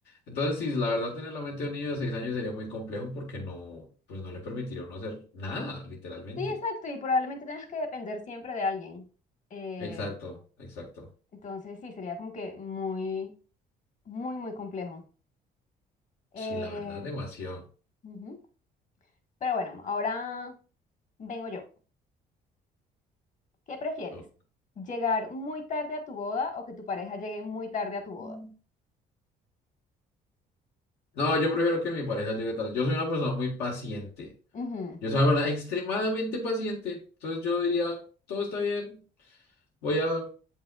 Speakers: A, on the left (about 80°); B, on the left (about 45°).
A: Entonces, sí, la verdad, tener la mente de un niño de seis años sería muy complejo porque no, pues no le permitiría no hacer nada, literalmente.
B: Sí, exacto, y probablemente tengas que depender siempre de alguien. Eh,
A: Exacto, exacto.
B: entonces, sí, sería como que muy, muy, muy complejo. Eh,
A: Sí, la verdad, demasiado.
B: ujú. Pero bueno, ahora vengo yo. ¿Qué prefieres?
A: Ok.
B: ¿Llegar muy tarde a tu boda o que tu pareja llegue muy tarde a tu boda?
A: Mm. No, yo prefiero que mi pareja llegue tarde. Yo soy una persona muy paciente.
B: Ujú,
A: Yo soy una persona extremadamente paciente. Entonces yo diría, todo está bien. Voy a